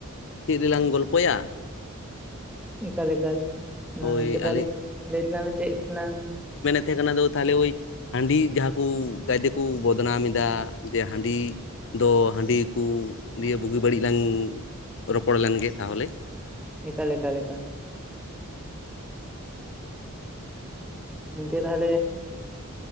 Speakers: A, on the left (about 60°); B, in the centre.
A: ᱪᱮᱫ ᱨᱮᱞᱟᱝ ᱜᱚᱞᱯᱚᱭᱟ?
B: ᱮᱠᱟᱞ ᱮᱠᱟᱞ
A: ᱦᱳᱭ
B: ᱢᱟ ᱜᱚᱝᱠᱮ ᱛᱟᱦᱚᱞᱮ
A: ᱟᱹᱞᱤᱧ
B: ᱞᱟᱹᱭ ᱛᱟᱞᱟᱝ ᱢᱮ ᱪᱮᱫ ᱞᱟᱝ
A: ᱛᱮᱦᱮᱸ ᱠᱟᱱᱟ ᱫᱚ ᱛᱟᱦᱚᱞᱮ ᱳᱭ ᱦᱟᱺᱰᱤ ᱡᱟᱦᱟᱸ ᱠᱚ ᱜᱮᱭᱛᱮᱠᱚ ᱵᱚᱫᱱᱟᱢ ᱮᱫᱟ ᱡᱮ ᱦᱟᱺᱰᱤ ᱫᱚ ᱦᱟᱺᱰᱤ ᱠᱩ ᱱᱤᱭᱟᱹ ᱵᱩᱜᱤ ᱵᱟᱹᱲᱤᱡ ᱞᱟᱝ ᱨᱚᱯᱚᱲ ᱞᱮᱱᱜᱮ ᱛᱟᱦᱚᱞᱮ
B: ᱮᱠᱟᱞ ᱮᱠᱟᱞ ᱮᱠᱟᱞ
A: ᱦᱳᱭ
B: ᱤᱱᱠᱮ ᱛᱟᱦᱚᱞᱮ